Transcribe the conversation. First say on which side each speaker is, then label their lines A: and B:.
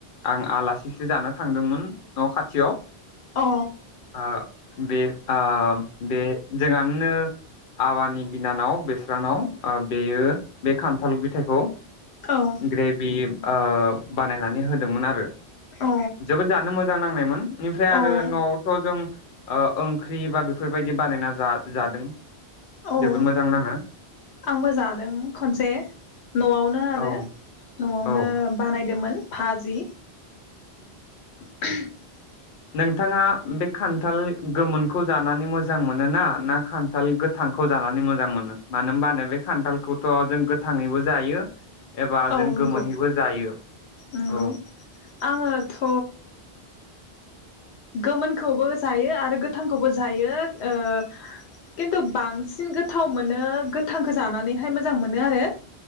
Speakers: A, on the left; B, on the left.
A: आं आलासिसो जानो थांदोंमोन न' खाथियाव।
B: अ
A: ओ बे आ बे जोंहानिनो आबानि बिनानाव बेस्रानाव बेयो बे खान्थाल फिथायखौ
B: औ
A: ग्रेभि ओ बानायनानै हो दोंमोन आरो
B: औ
A: जोबोद जानो मोजां नांनायमोन बेनिफ्राय
B: औ
A: आरो न'आवथ' जों ओ ओंख्रि बा बेफोरबायदि बानायना जा जादों
B: औ
A: जोबोद मोजां नाङो
B: आंबो जादों खनसे न'आवनो आरो
A: औ
B: न'आवनो
A: औ
B: बानाय नायदोंमोन भाजि <unintelligible>
A: नोंथाङा बे खान्थाल गोमोनखौ जानानै मोजां मोन ना ना खान्थाल गोथांखौ जानानै मोजां मोनो मानो होनबानो बे खान्थालखौथ' जों गोथाङैबो जायो एबा
B: औ
A: जों
B: नंगौ
A: गोमोनैबो जायो
B: नंगौ
A: औ
B: आङोथ' गोमोनखौबो जायो आरो गोथांखौबो जायो ओ खिन्थु बांसिन गोथाव मोनो गोथांखौ जानानैहाय मोजां मोनो आरो